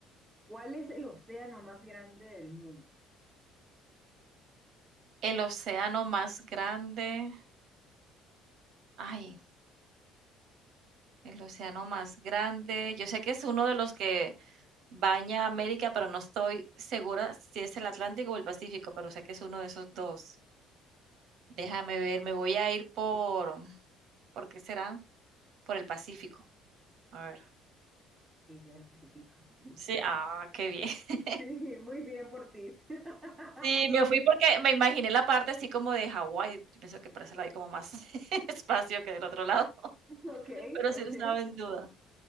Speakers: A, on the right; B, on the right.
A: ¿cuál es el océano más grande del mundo?
B: El océano más grande. Ay, el océano más grande. Yo sé que es uno de los que baña América, pero no estoy segura si es el Atlántico o el Pacífico, pero sé que es uno de esos dos. Déjame ver, me voy a ir por, ¿por qué será? Por el Pacífico. A ver.
A: Y si es el Pacífico. <laughs>
B: Sí, ah, qué bien. <laughs>
A: Sí, muy bien por ti. <laughs>
B: Sí, me fui porque me imaginé la parte así como de Hawái. Yo pienso que por eso la vi como más <laughs> espacio que del otro lado.
A: Ok,
B: Pero sí
A: ok.
B: lo estaba en duda.